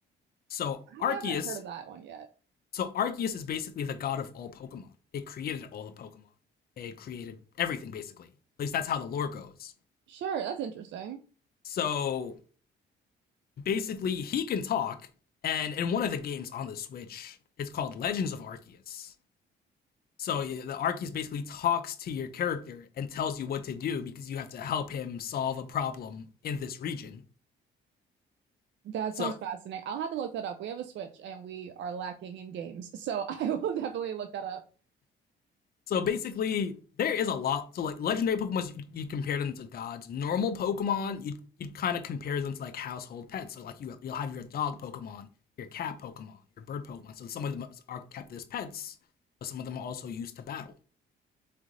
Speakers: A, on the left; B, on the right.
A: So Arceus
B: haven't heard of that one yet.
A: So Arceus is basically the god of all Pokemon. It created all the Pokemon. It created everything basically. At least that's how the lore goes.
B: Sure, that's interesting.
A: So basically, he can talk, and in one of the games on the Switch, it's called Legends of Arceus. So yeah, the Arceus basically talks to your character and tells you what to do because you have to help him solve a problem in this region.
B: That
A: So
B: sounds fascinating. I'll have to look that up. We have a Switch and we are lacking in games, so <laughs> I will definitely look that up.
A: So basically, there is a lot. So like legendary Pokemon, you, you compare them to gods. Normal Pokemon, you you kind of compare them to like household pets. So like you you'll have your dog Pokemon, your cat Pokemon, your bird Pokemon. So some of them are kept as pets, but some of them are also used to battle.